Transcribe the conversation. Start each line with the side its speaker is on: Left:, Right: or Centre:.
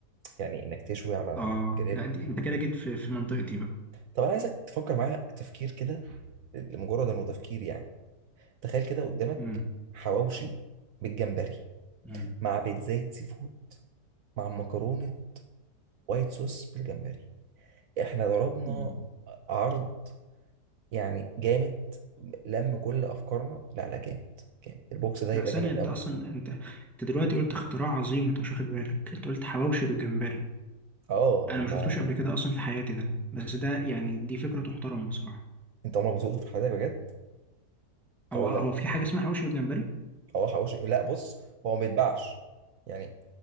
Right: يعني انك تشوي على
Centre: اه
Right: الجريل
Centre: لا دي انت كده جيت في في منطقتي بقى
Right: طب انا عايزك تفكر معايا تفكير كده لمجرد انه تفكير يعني تخيل كده قدامك
Centre: امم
Right: حواوشي بالجمبري
Centre: امم
Right: مع بيتزاية سي فود مع مكرونه وايت صوص بالجمبري احنا ضربنا
Centre: أمم.
Right: عرض يعني جامد لم كل افكارنا لا لا جامد جامد البوكس ده هيبقى
Centre: لا ثانيه
Right: جامد
Centre: انت
Right: قوي
Centre: اصلا انت انت دلوقتي قلت اختراع عظيم انت مش واخد بالك انت قلت حواوشي بالجمبري
Right: اه
Centre: انا
Right: اللي
Centre: ما
Right: ما
Centre: شفتوش
Right: هو
Centre: قبل كده اصلا في حياتي ده بس ده يعني دي فكره تحترم بصراحه
Right: انت عمرك ما سوقته في حياتك بجد
Centre: هو
Right: هقول
Centre: هو
Right: لك
Centre: في حاجه اسمها حواوشي بالجمبري
Right: اه حواوشي لا بص هو ما بيتباعش يعني